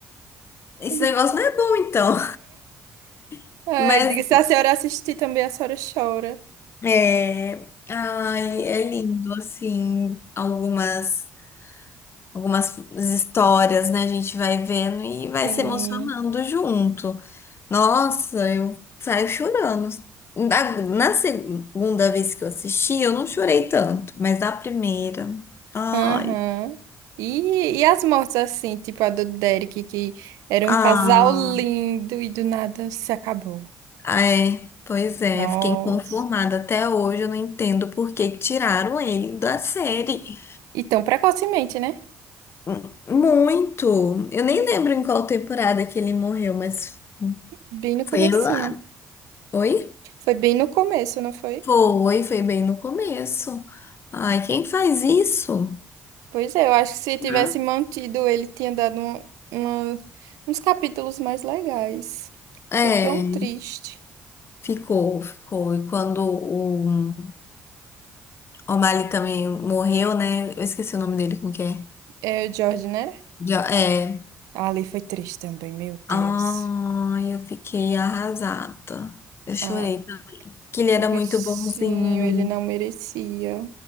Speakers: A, on the left; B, on the right.
A: Esse
B: <laughs>
A: negócio não é bom então. <laughs>
B: Ai,
A: Mas
B: diga, se a senhora assistir também, a senhora chora.
A: é, ai, é lindo assim, algumas algumas histórias, né? A gente vai vendo e vai
B: Sim.
A: se emocionando junto. Nossa, eu saio chorando. Na, na segunda vez que eu assisti, eu não chorei tanto, mas na primeira. Ai,
B: Aham. E, e as mortes assim, tipo a do Derek, que era um
A: ah,
B: casal lindo e do nada se acabou.
A: é. Pois é,
B: Nossa.
A: fiquei inconformada. Até hoje eu não entendo por que que tiraram ele da série.
B: E tão precocemente, né?
A: M- Muito. Eu nem lembro em qual temporada que ele morreu, mas
B: Bem no comecinho.
A: foi lá. Oi?
B: Foi bem no começo, não foi?
A: Foi, foi bem no começo. Ai, quem faz isso?
B: Pois é, eu acho que se tivesse
A: Ah.
B: mantido, ele tinha dado uma- uma- uns capítulos mais legais.
A: É.
B: Ficou tão triste.
A: Ficou, ficou. E quando o O'Malley também morreu, né? Eu esqueci o nome dele, como que é?
B: É o George, né?
A: Jo- É.
B: Ah, Ali foi triste também, meu
A: Ai,
B: Deus.
A: eu fiquei arrasada. Eu chorei.
B: Ah,
A: Que ele era
B: o bichinho,
A: muito bonzinho.
B: ele não merecia.